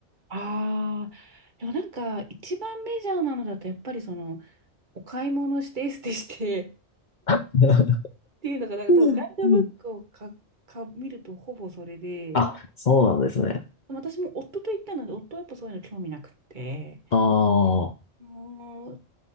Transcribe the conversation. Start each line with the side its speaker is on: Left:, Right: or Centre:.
Right: ああ、でもなんか一番メジャーなのだとやっぱりそのお買い物してエステして
Left: <laughs>
Right: <laughs> っていうのが、なんか多分ガイドブックをか、
Left: うんうん <laughs>
Right: か、見るとほぼそれで、
Left: あ、そうなんですね。
Right: 私も夫と行ったので、夫はやっぱそういうの興味なくって、
Left: ああ、
Right: もう、